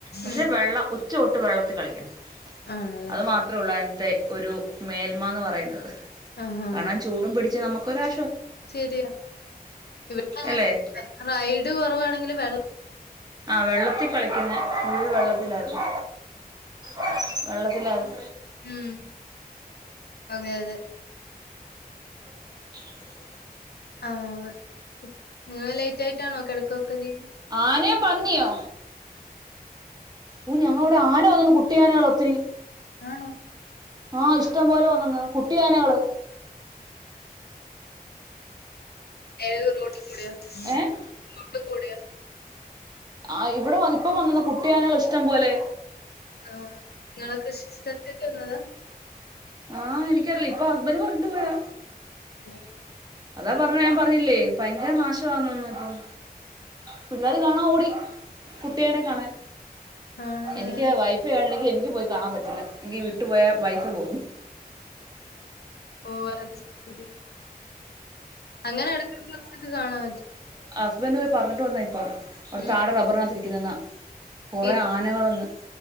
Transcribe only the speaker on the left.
ഉം
ആണല്ലേ
ആഹാ
ശരിയാ ഇവിടെങ്ങ
ഇത് കുറവാണെങ്കിലിൽ വെള്ളം
ഉം അതെ അതെ
ആഹ് നിങ്ങൾ ലേറ്റ് ആയിട്ടാണോ കിടക്കയൊക്കെ ചെയ്യുന്നത്
ആണോ
എോ <unintelligible> ട്ട കുടയാ
റോട്ടു കൂടയാ <unintelligible>
ആ നിങ്ങളെ കൃഷി സ്ഥലത്തേക്ക് വന്നതാ
<inaudible>
ആണല്ലേ
ഓ അത് ശരി അങ്ങനെ എടക്കടക്ക് കാണാൻ പറ്റും
ഉം
ഈ